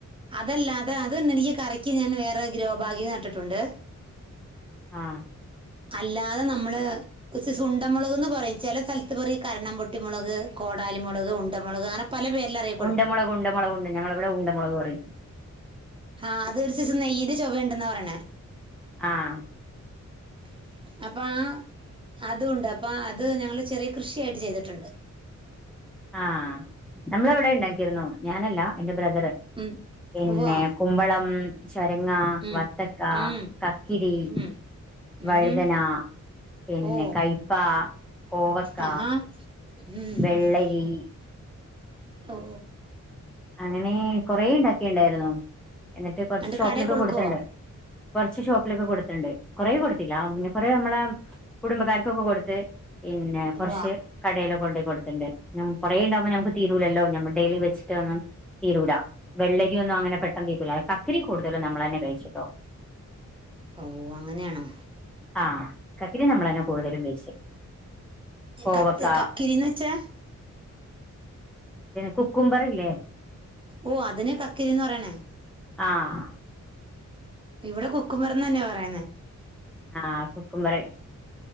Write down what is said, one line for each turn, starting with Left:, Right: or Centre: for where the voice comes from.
Right: അതല്ല അത് എത്നനിച്ച എനിക്ക് കറിയ്ക്ക് ഞാൻ വേറെ ഗ്രോ ഭാഗിൽ നട്ടിട്ടുണ്ട്.
Centre: ആഹ്.
Right: അല്ലാതെ നമ്മള് കൊസ് സുണ്ടമുളക്ന്ന് പറയും. ചില സ്ഥലത്ത് പറയും. ഈ കരണം പൊട്ടി മുളക്, കോടാലി മുളക്, ഉണ്ട മുളക്, അങ്ങനെ പല പേരിൽ അറിയ
Centre: ഉണ്ടമുളകുണ്ട് മുളകുണ്ട് ഞങ്ങളിവിടെ ഉണ്ടമുളക് പറയും.
Right: ആഹ അത് ഒരു ദിവസം നെയ്യിന്റെ ചൊവയണ്ടന്നാ പറയണെ.
Centre: ആഹ്
Right: <inaudible> അപ്പം ആഹ് അതും ഉണ്ട് അപ്പ അത് ഞങ്ങള് ചെറിയ കൃഷിയായിട്ട് ചെയ്തിട്ടുണ്ട്.
Centre: ആഹ് നമ്മൾ അവിടെ ഉണ്ടാക്കിയിരുന്നു. ഞാനല്ല എന്റെ ബ്രദറ്.
Right: ഉം
Centre: പിന്നെ
Right: വാ
Centre: കുമ്പളം, ചരങ്ങ,
Right: ഉം
Centre: മത്തക്ക,
Right: ഉം
Centre: കക്കരി
Right: ഉം
Centre: വഴുതന,
Right: ഉം
Centre: പിന്നെ
Right: ഓ
Centre: കയ്പ്പാ, കോവക്ക.
Right: ആഹാ ഉം
Centre: വെള്ളരി
Right: ഓ
Centre: അങ്ങനെ കൊറേ ഉണ്ടാക്കിണ്ടായിരുന്നു. എന്നിട്ട് കൊറച്ച്
Right: അണ്ട്
Centre: ഷോപ്പിലൊക്കെ
Right: കടയിൽ കൊടുക്കുവോ
Centre: കൊടുത്തിണ്ട്. കുറച്ച് ഷോപ്പിലൊക്കെ കൊടുത്തിട്ടുണ്ട്. കൊറേ കൊടുത്തില്ല പിന്നെ കൊറേ നമ്മളെ കുടുംബക്കാർക്കൊക്കെ കൊടുത്ത്. പിന്നെ കുറച്ച്.
Right: വാ
Centre: കടയിലൽ കൊണ്ട് പോയി കൊടുത്തിണ്ട്. കുറേ ഉണ്ടാവുമ്പോ നമുക് തീരുലല്ലോ. നമ്മ ഡെയിലി വെച്ചട്ട് ഒന്നും തീരൂല വെള്ളരിയ ഒന്നും അങ്ങനെ പെട്ടെന്ന് തീരുല. കക്കരി കൂടുതലും നമ്മൾ തന്നെ കഴിച്ചിട്ടോ.
Right: ഓ അങ്ങനെയണോ
Centre: ആഹ് കക്കരി നമ്മളന്നെ കൂടുതലും കഴിച്ചേ. കോവക്ക,
Right: കത്ത് കക്കിരിന്ന് വെച്ചാ
Centre: കുക്കുമ്പർ, ഇല്ലേ
Right: ഓ അതിനെ കക്കരിന്ന് പറയണേ.
Centre: ആഹ്
Right: ഇവിടെ കുക്കുബറന്ന് തന്നെ പറയുന്നേ.
Centre: ആഹ് കുക്കുമ്പർ